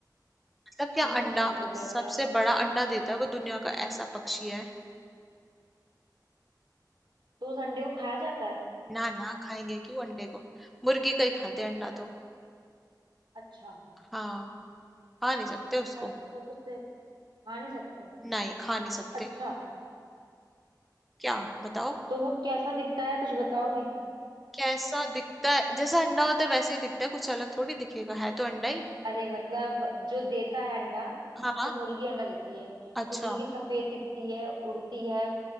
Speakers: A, in the centre; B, on the right (about 80°).
A: मतलब क्या
B: अंडे
A: अंडा
B: तो छोटे छोटे
A: सबसे
B: होते हैं
A: बड़ा अंडा देता है वो दुनिया का ऐसा पक्षी है
B: तो उस अंडे को खाया जाता है
A: ना ना खाएंगे क्यों अंडे को मुर्गी का ही खाते हैं अंडा तो
B: अच्छा
A: हाँ खा नहीं सकते उसको
B: मतलब उसको से खा नहीं सकते
A: नहीं खा नहीं सकते
B: अच्छा
A: क्या बताओ
B: तो वो कैसा दिखता है कुछ बताओगे
A: कैसा दिखता है जैसा अंडा होता है वैसे ही दिखता है कुछ अलग थोड़ी दिखेगा है तो अंडा ही
B: अरे मतलब जो देता है अंडा जैसे
A: हाँ
B: मुर्गी अंडा देती है
A: अच्छा
B: तो मुर्गी सफेद दिखती है उड़ती है